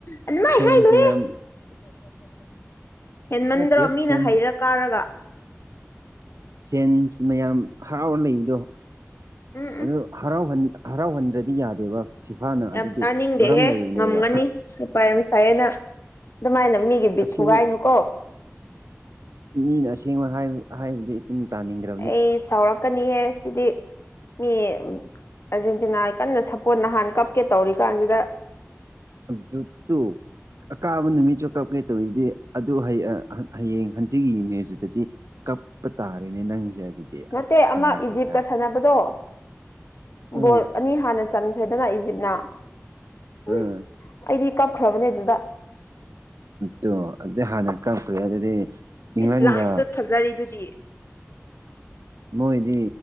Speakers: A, on the left; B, on the right.
A: ꯑꯗꯨꯃꯥꯏ
B: ꯐꯦꯟꯁ
A: ꯍꯥꯏꯅꯨꯍꯦ
B: ꯃꯌꯥꯝ
A: ꯍꯦꯟꯃꯟꯗ꯭ꯔꯣ
B: ꯅꯠꯇꯦ
A: ꯃꯤꯅ
B: ꯐꯦꯟ
A: ꯍꯩꯔ ꯀꯥꯔꯒ
B: ꯐꯦꯟꯁ ꯃꯌꯥꯝ ꯍꯔꯥꯎꯔ ꯂꯩꯕꯗꯣ
A: ꯎꯝ
B: ꯑꯗꯨ
A: ꯎꯝ
B: ꯍꯔꯥꯎꯍꯟ ꯍꯔꯥꯎꯍꯟꯗ꯭ꯔꯗꯤ ꯌꯥꯗꯦꯕ ꯐꯤꯐꯥꯅ
A: ꯌꯥꯝ
B: ꯑꯗꯨꯗꯤ
A: ꯇꯥꯅꯤꯡꯗꯦꯍꯦ
B: ꯃꯔꯝ ꯂꯩꯕꯅꯦꯕ
A: ꯉꯝꯒꯅꯤ ꯍꯩꯄꯥ ꯌꯥꯝ ꯁꯥꯏꯌꯦ ꯅꯪ ꯑꯗꯨꯃꯥꯏꯅ ꯃꯤꯒꯤ ꯕꯤꯠ
B: ꯑꯁꯤꯡ
A: ꯊꯨꯒꯥꯏꯅꯨꯀꯣ
B: ꯃꯤꯅ ꯑꯁꯦꯡꯕ ꯍꯥꯏꯕ ꯍꯥꯏꯕꯗꯤ ꯑꯗꯨꯝ ꯇꯥꯅꯤꯡꯗ꯭ꯔꯥ
A: ꯑꯩ ꯁꯥꯎꯔꯛꯀꯅꯤꯍꯦ ꯁꯤꯗꯤ ꯃꯤ ꯑꯔꯖꯦꯟꯇꯤꯅꯥ ꯀꯟꯅ ꯁꯄꯣꯔꯠ ꯅꯍꯥꯟ ꯀꯞꯀꯦ ꯇꯧꯔꯤꯀꯥꯟꯁꯤꯗ
B: ꯇꯨ ꯇꯨ ꯑꯀꯥꯕ ꯅꯨꯃꯤꯠꯁꯨ ꯀꯞꯀꯦ ꯇꯧꯔꯤꯗꯦ ꯑꯗꯨ ꯍꯌꯦꯡ ꯍꯟꯆꯤꯠꯀꯤ ꯃꯦꯠꯁ ꯇꯗꯤ ꯀꯞꯄ ꯇꯥꯔꯅꯦ ꯅꯪꯖꯦ ꯑꯗꯨꯗꯤ ꯑꯁ
A: ꯅꯠꯇꯦ ꯑꯃ
B: ꯅꯨꯡꯉꯥꯏꯇꯦꯗ
A: ꯏꯖꯤꯞꯀ ꯁꯥꯟꯅꯕꯗꯣ
B: ꯎꯝ
A: ꯕꯣꯜ ꯑꯅꯤ ꯍꯥꯟꯅ ꯆꯟꯈ꯭ꯔꯦꯗꯅ ꯏꯖꯤꯞꯅ ꯎ
B: ꯎꯝ
A: ꯑꯩꯗꯤ ꯀꯞꯈ꯭ꯔꯕꯅꯦ ꯑꯗꯨꯗ
B: ꯇꯣ ꯑꯗꯨ ꯍꯥꯟꯅ ꯀꯞꯈ꯭ꯔꯦ ꯑꯗꯨꯗꯤ ꯏꯪꯂꯦꯟꯒ
A: ꯏꯁ ꯂꯥꯁꯇ ꯐꯖꯔꯤꯗꯨꯗꯤ
B: ꯃꯣꯏꯗꯤ